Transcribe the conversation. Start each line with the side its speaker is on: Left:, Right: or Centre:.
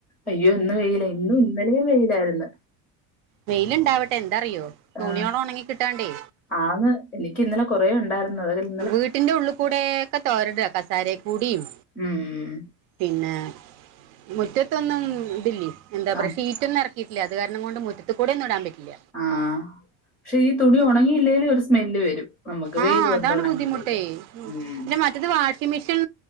Centre: അയ്യോ ഇന്ന് വെയില ഇന്നും ന്നലെയും വെയിയിലായിരുന്നു.
Right: വെയില്ണ്ടാവട്ടെ ന്താറിയോ തുണോള്
Centre: ആ
Right: ഉണങ്ങി കിട്ടാണ്ടേ
Centre: ആന്ന് എനിക്ക് ഇന്നലെ കൊറേ ഉണ്ട്. ണ്ടാർന്നു അതിൽ-
Right: വീട്ടിന്റെ ഉള്ളു കൂടെ ക്കെ തോരട കസാരയ കൂടിയൂം.
Centre: ഉം
Right: പിന്നെ മുറ്റത്തൊന്നും ഇതല്ലേയ് എന്താ
Centre: ആ
Right: പറ ഷീറ്റ് ഒന്ന ഇറക്ക റ്റില്ല അത് കാരണം കൊണ്ട് മുത്ത കൂടേ ന്നും ഇടാൻ പറ്റില്ല
Centre: ആഹ് ക്ഷെ ഈ തുണി ഉണങ്ങിയില്ലെലും ഒരു സ്മെല്ല് വരും. നമുക്ക് വെയില്
Right: ആഹ്
Centre: കൊണ്ട്
Right: അതാണ്
Centre: ഉണങ്ങിയില്ലേല്
Right: ബുദ്ധിമുട്ടേ
Centre: ഉം
Right: ന്നേ മ ഇത് വാഷിംഗ് മെഷീൻ